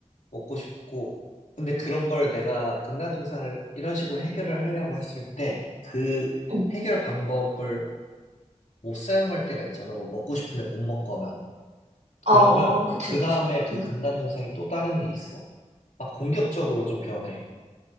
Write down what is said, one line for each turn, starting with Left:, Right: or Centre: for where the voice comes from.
Left: 먹고 싶고 근데 그런 걸 내가 금단 증상을 이런 식으로 해결을 하려고 했을 때 그
Right: 응.
Left: 해결 방법을 못 사용할 때가 있잖아 뭐 먹고 싶은데 못 먹거나
Right: 어,
Left: 그러면
Right: 그치,
Left: 그
Right: 그치.
Left: 다음에 그
Right: 응.
Left: 금단 증상이 또 다른 게 있어 막 공격적으로 좀 변해